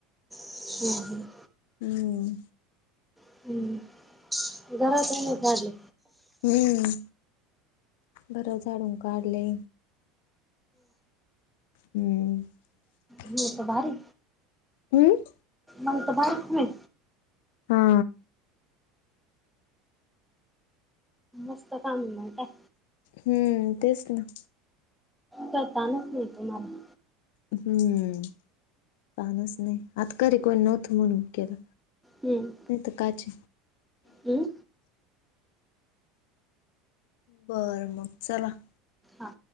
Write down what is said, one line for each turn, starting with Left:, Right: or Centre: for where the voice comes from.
Centre: हम् हम्.
Left: अ अ.
Centre: रिकामा ऑडिओ घरात रा झाली.
Left: हम्म बरं झाडून काढले. हम्म. <inaudible>
Centre: मग भारी.
Left: हम्म.
Centre: मंत भारत म.
Left: हा.
Centre: जास्त काम म्हत.
Left: हम्म तेच ना.
Centre: कतानच नाही तुम्हाला.
Left: हम्म पाणच नाही आता ख रे कोण नव्हतं म्हणून केलं.
Centre: हम्म.
Left: मत कच.
Centre: हम्म
Left: बर मग चलात.
Centre: हा